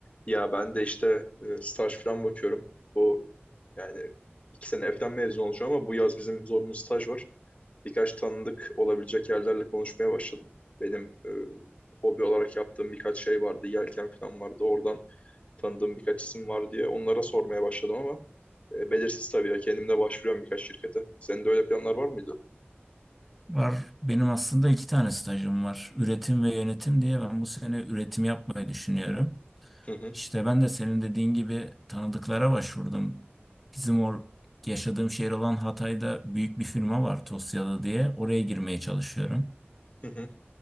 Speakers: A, on the left; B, in the centre.
A: Ya ben de işte e, staj falan bakıyorum. Bu yani iki sene falan mezun olacağım ama bu yaz bizim zorunlu staj var. Birkaç tanıdık olabilecek yerlerle konuşmaya başladım. Benim e, hobi olarak yaptığım birkaç şey vardı. Yelken falan vardı. Oradan tanıdığım birkaç isim var diye onlara sormaya başladım ama e, belirsiz tabii ya. Kendim de başvuruyorum birkaç şirkete. Senin de öyle planlar var mıydı?
B: Var. Benim aslında iki tane stajım var. Üretim ve yönetim diye ben bu sene üretim yapmayı düşünüyorum.
A: Hı hı
B: İşte ben de senin dediğin gibi tanıdıklara başvurdum. Bizim or yaşadığım şehir olan Hatay'da büyük bir firma var Tosyalı diye. Oraya girmeye çalışıyorum.
A: hı hı.